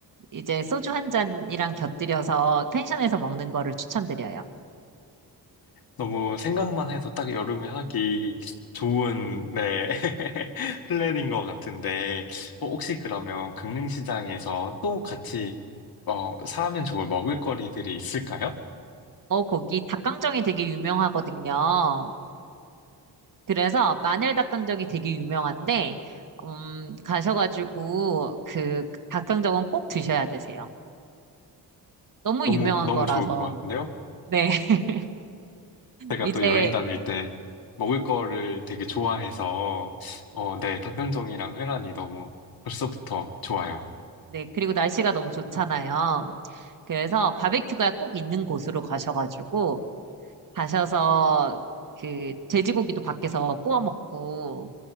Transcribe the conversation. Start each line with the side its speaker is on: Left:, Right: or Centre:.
Right: 이제 소주 한 잔이랑 곁들여서 펜션에서 먹는 거를 추천드려요.
Left: 너무 생각만 해도 딱 여름에 하기 좋은, 네, <laughs> 플랜인 것 같은데, 어, 혹시 그러면 강릉시장에서 또 같이, 어, 사면 좋을 먹을거리들이 있을까요?
Right: 어, 거기 닭강정이 되게 유명하거든요. 그래서 마늘 닭강정이 되게 유명한데, 음, 가셔가지고 그 닭강정은 꼭 드셔야 되세요. 너무
Left: 너무,
Right: 유명한
Left: 너무
Right: 거라서.
Left: 좋을 것 같은데요?
Right: 네, <laughs>
Left: 제가
Right: 이제,
Left: 또 여행 다닐 때 먹을 거를 되게 좋아해서, 어, 네, 닭강정이랑 회란이 너무 벌써부터 좋아요.
Right: 네, 그리고 날씨가 너무 좋잖아요. 그래서 바베큐가 꼭 있는 곳으로 가셔가지고, 가셔서 그 돼지고기도 밖에서 구워 먹고,